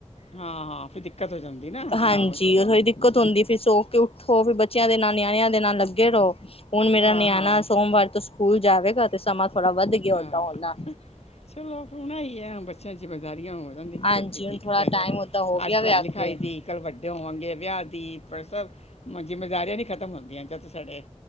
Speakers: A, on the left (about 85°); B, on the left (about 65°).
A: ਹਾਂ ਹਾਂ ਫਿਰ ਦਿੱਕਤ ਹੋ ਜਾਂਦੀ ਨਾ
B: ਹਾਂਜੀ
A: ਆਹੋ ਚਲੋ
B: ਉਹ ਦਿੱਕਤ ਹੁੰਦੀ ਫਿਰ ਸੋ ਕੇ ਉੱਠੋ ਫਿਰ ਬੱਚਿਆਂ ਦੇ ਨਾਲ ਨਿਆਣਿਆਂ ਦੇ ਨਾਲ ਲੱਗੇ ਰਔ ਹੁਣ ਮੇਰਾ
A: ਹਾਂ
B: ਨਿਆਣਾ
A: ਹਾਂ
B: ਸੋਮਵਾਰ ਤੋਂ ਸਕੂਲ ਜਾਵੇਗਾ, ਤੇ ਸਮਾਂ ਥੋੜ੍ਹਾ ਵੱਧ ਗਿਆ
A: ਹਾਂ,
B: ਓਦਾਂ ਹੂਨ ਨਾ
A: ਚਲੋ ਹੁਣ ਐ ਈ ਐ ਬੱਚਿਆਂ ਜ਼ਿੰਮੇਦਾਰੀਆਂ ਹੋ ਜਲਦੀ
B: ਹਾਂਜੀ
A: ਕੀ
B: ਹੁਣ ਥੋੜਾ
A: ਕੀਤਾ ਜਾਏ
B: ਟਾਈਮ ਓਦਾਂ ਹੋ ਗਿਆ
A: ਅੱਜ ਪੜ੍ਹਾਈ
B: ਵੇ ਅੱਗੇ
A: ਲਿਖਾਈ ਦੀ ਕੱਲ੍ਹ ਵੱਡੇ ਹੋਨਗੇ ਵਿਆਹ ਦੀ ਪਰ ਸ ਮਜੀ ਜਿਮੇਦਾਰੀਆ ਨਹੀਂ ਖ਼ਤਮ ਹੁੰਦੀਆਂ, ਜਦ ਸਾਡੇ